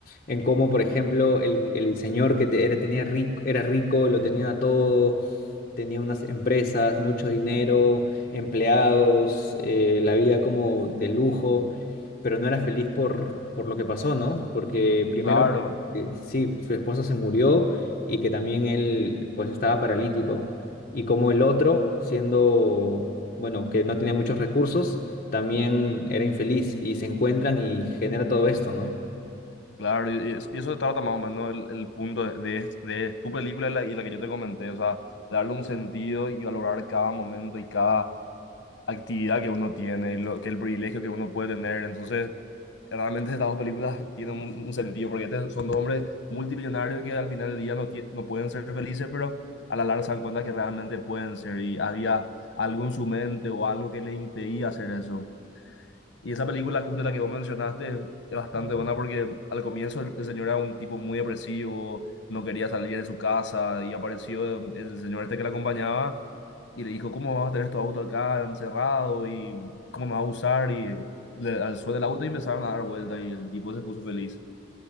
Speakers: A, on the left; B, on the left.
A: en cómo, por ejemplo, el, el señor que te- era, tenía rico, era rico, lo tenía todo, tenía unas empresas, mucho dinero, empleados, eh, la vida como de lujo, pero no era feliz por, por lo que pasó, ¿no? Porque primero,
B: Claro.
A: eh, sí, su esposa se murió y que también él pues estaba paralítico. Y como el otro, siendo, bueno, que no tenía muchos recursos, también era infeliz y se encuentran y genera todo esto, ¿no?
B: Claro, y, y es- y eso se trata más o menos el, el punto de, de, es- de tu película y la, y la que yo te comenté, o sea, darle un sentido y valorar cada momento y cada actividad que uno tiene, y lo, que el privilegio que uno puede tener. Entonces, realmente estas dos películas tienen un, un sentido, porque este- son dos hombres multimillonarios que al final del día no, tie- no pueden ser felices, pero a la larga se dan cuenta que realmente pueden ser y había algo en su mente o algo que le impedía hacer eso. Y esa película, justo la que vos mencionaste, es es bastante buena porque al comienzo el, el señor era un tipo muy depresivo, no quería salir de su casa y apareció el, el señor este que le acompañaba y le dijo, ¿cómo vas a tener tu auto acá encerrado y cómo nos vas a usar? Y le alzó del auto y empezaron a dar vuelta y el tipo se puso feliz.